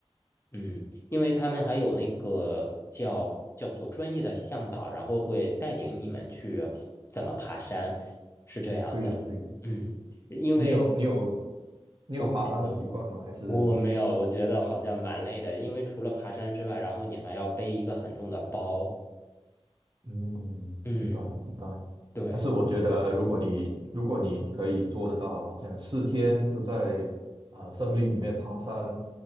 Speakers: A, on the left; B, on the right.
A: 嗯，因为他们还有那个叫叫做专业的向导，然后会带领你们去怎么爬山，是这样的。
B: 对呀、对，
A: 嗯，因为
B: 你有你有你有爬山的习惯吗？
A: 我没有，
B: 还是
A: 我没有，我觉得好像蛮累的，因为除了爬山之外，然后你还要背一个很重的包。
B: 嗯，
A: 嗯，
B: 明白明白。
A: 对，
B: 但是我觉得，如果你如果你可以做得到，好像四天都在啊、森林里面爬山